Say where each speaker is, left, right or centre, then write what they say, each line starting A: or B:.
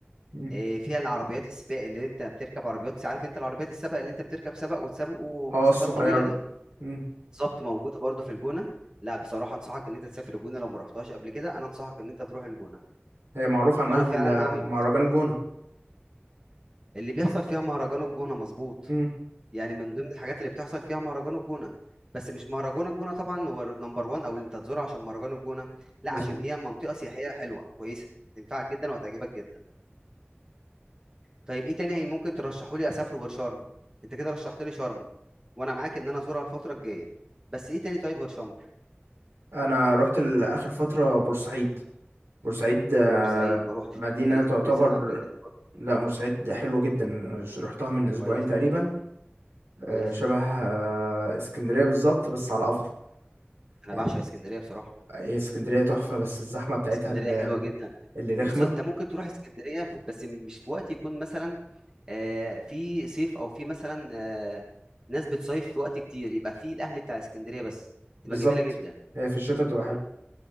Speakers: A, on the right; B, on the right.
A: مم.
B: آه، فيها العربيات السباق اللي انت بتركب عربيات عارف انت العربيات السباق اللي انت بتركب سباق وتسابقوا
A: اه
B: مسافات
A: الصغيرة
B: طويله دي
A: مم.
B: بالظبط موجوده برضو في الجونه لا بصراحه انصحك ان انت تسافر الجونه لو ما رحتهاش قبل كده انا انصحك ان انت تروح الجونه
A: هي معروف عنها
B: وانا
A: ال-
B: فعلا هعمل
A: مهرجان
B: بنفسي.
A: الجونة
B: اللي بيحصل فيها مهرجان الجونه مظبوط
A: مم.
B: يعني من ضمن الحاجات اللي بتحصل فيها مهرجان الجونه بس مش مهرجان الجونه طبعا هو نمبر 1 او اللي انت تزوره عشان مهرجان الجونه لا
A: مظبوط
B: عشان هي منطقه سياحيه حلوه كويسه تنفعك جدا وهتعجبك جدا طيب ايه تاني ممكن ترشحوا لي اسافره غير شرم انت كده رشحت لي شرم وانا معاك ان انا ازورها الفتره الجايه بس ايه تاني طيب غير شرم
A: انا رحت لاخر فتره بورسعيد بورسعيد آه،
B: بورسعيد ما روحتش
A: مدينه
B: بورسعيد
A: تعتبر
B: كل سنه قبل كده
A: لا بورسعيد حلوه جدا رحتها من اسبوعين
B: كويس،
A: تقريبا آه،
B: كويس.
A: شبه آه، اسكندريه بالظبط بس على افضل
B: أنا
A: يعني
B: باعشق إسكندرية بصراحة،
A: هي اسكندريه تحفه بس الزحمه بتاعتها
B: إسكندرية
A: ال-
B: حلوة جدًا.
A: اللي رخمه
B: بُص، أنت ممكن تروح إسكندرية ف بس مش في وقت يكون مثلًا آآ، في صيف أو في مثلًا آآ، ناس بتصيف في وقت كتير، يبقى في الأهل بتاع إسكندرية بس،
A: بالظبط
B: تبقى جميلة جدًا.
A: هي في الشتاء بتبقى حلوه